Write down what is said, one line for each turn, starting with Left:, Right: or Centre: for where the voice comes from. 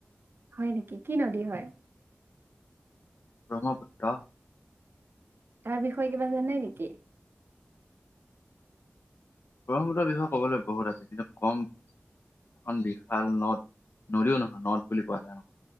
Right: হয় নেকি, কি নদী হয়?
Left: ব্ৰহ্মপুত্ৰ।
Right: এই বিষয়ে কিবা জানে নেকি?
Left: ব্ৰহ্মপুত্ৰৰ বিষয়ে কবলৈ বহুত আছে কিন্তু কম এখন বিশাল নদ নদীও নহয় নদ বুলি কোৱা যায়।